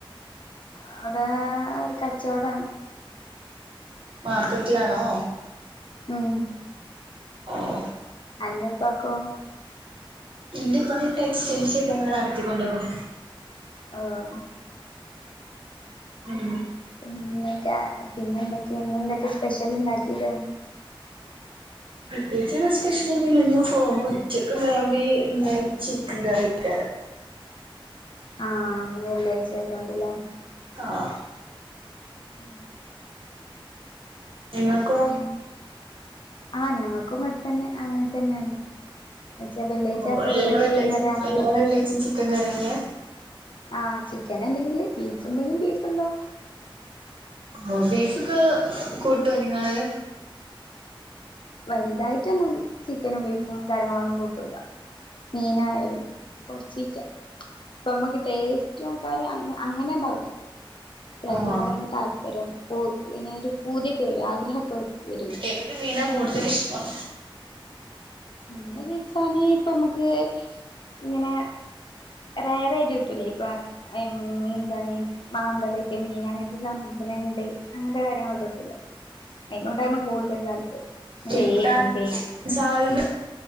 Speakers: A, on the left; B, on the right.
A: അവിടെ കച്ചവടാണ്
B: മാർക്കറ്റിലാണോ
A: ഉം
B: ആഹ
A: എന്റെപ്പക്കൊ
B: ഇൻറെ ഇപ്പം ടെക്സ്റ്റൈൽസ്ട്ട്ഞങ്ങെ നടത്തിക്കണ്ടു പോണ്
A: ആഹ
B: ഉം
A: പിന്നൊക്കെ പിന്നെ എന്തൊക്കെ എന്നെ എന്തൊക്കെ സ്പെഷ്യൽ ഇണ്ടാക്കീട്ട്
B: പ്രത്യേകിച്ചി സ്പെഷ്യൽ തന്നെ ഇല്ല പോ ഉച്ചക്ക് മാേമി ചിക്കൻ കിക്കാരം
A: ആഹ വെള്ളിയാഴ്ച്ച ആയതൊണ്ടില്ലേ
B: ആഹ്
A: ഉം
B: എങ്ങൾക്കൊ
A: ഉം ആഹ് ഞങ്ങൾക്കും അവിടെത്തന്നെ അങ്ങനെ തന്നെയാണ് എന്നച്ചാ വെള്ളിയാഴച്ച
B: ഓഹ്
A: പൊതുവെ
B: എല്ലാ വെള്ളിയാഴ്ചയും
A: ചിക്കൻ കറ ആണല്ലോ
B: എല്ലാ വെള്ളിയാഴ്ചയും ചിക്കൻ കറിയല്ല
A: ആഹ ചിക്കൻല്ലെങ്കില് ബീഫ് ഉണ്ടെങ്കും ബീഫ് ഉണ്ടാവോ
B: ഓ ബീഫക്കെ കൂട്ടോ നിങ്ങള്
A: വലുതായിട്ടൊന്നും ചിക്കനും ബീഫും കാര്യങ്ങളൊന്നും കൂട്ടൂല്ല മീനായാലും കൊറച്ച് ഇപ്പൊ നമുക്ക് ടേസ്റ്റും കാര്യ അങ്ങനെ ഉണ്ടാവൂലേ ചലതിനനോട്
B: ആഹ്
A: നമുക്ക് താല്പര്യം ഇനൊ ഒരു പൂതിയൊക്കെ വര ആഗ്രഹമൊക്കെ വരൂലേ
B: ഏത് മീനാ കൂടുതല ഇഷ്ടം?
A: ഇങ്ങനെ ചോദിച്ചാല് ഇപ്പൊ നമുക്ക് ഇങ്ങനെ റയർായിട്ട് കിട്ടൂലേ ഇപ്പൊ എന്താണ് മാന്തള ചെമ്മീൻ അങ്ങനത്തെ സാധനങ്ങൾക്ക് നെണ്ട് അങ്ങനത്തെ കാര്യങ്ങളൊക്കെ കട്ടല്ല അതിനോടായിരുന്നു കൂടുതൽ താല്പര്യം. എന്താ
B: കിട്ടാൻ
A: എരുന്ത്
B: സാധ്യത